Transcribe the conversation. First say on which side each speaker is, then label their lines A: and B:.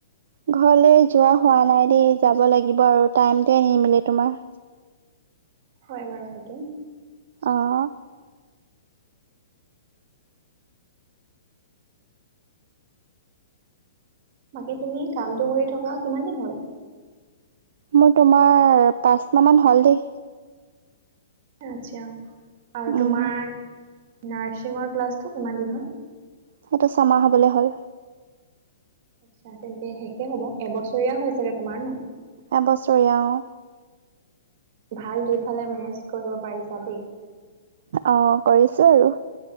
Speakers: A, on the right; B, on the right.
A: ঘৰলে যোৱা হোৱা নাই দ যাব লাগিব আৰু টাইমটোৱে নিমিলে তোমাৰ।
B: হয় বাৰু সেইটো।
A: অহ।
B: বাকী তুমি কামটো কৰি থকা কিমান দিন হ'ল?
A: মোৰ তোমাৰ পাঁচ মাহ মান হ'ল দেই।
B: আত্চ্ছা আৰু
A: উম
B: তোমাৰ নাৰ্ছিঙৰ ক্লাছটো কিমান দিন হ'ল।
A: সেইটো ছামাহ হবলে হ'ল।
B: আচ্ছা তেন্তে শেষে হব এবছৰীয়া হৈ চাগে তোমাৰ ন?
A: এ বছৰীয়া অ।
B: ভাল দুফালে মেনেজ কৰিব পাৰিছা দেই।
A: অ কৰিছোঁ আৰু।